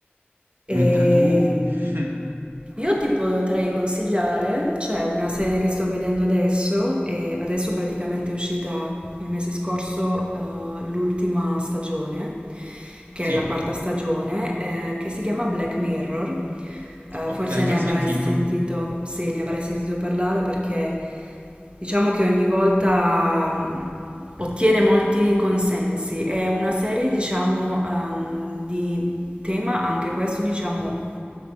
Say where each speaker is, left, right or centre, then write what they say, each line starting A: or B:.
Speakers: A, on the right; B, on the right.
A: E
B: Mentre tu... <laughs>
A: Io ti potrei consigliare, c'è una serie che sto vedendo adesso e adesso praticamente è uscita il mese scorso eh, l'ultima stagione, che
B: Sì,
A: è la quarta stagione, eh, che si chiama Black Mirror. Eh,
B: ok,
A: forse
B: già
A: ne avrai
B: sentito.
A: sentito, sì, ne avrai sentito parlare perché diciamo che ogni volta mh, ottiene molti consensi. È una serie, diciamo, ehm, di tema anche questo, diciamo,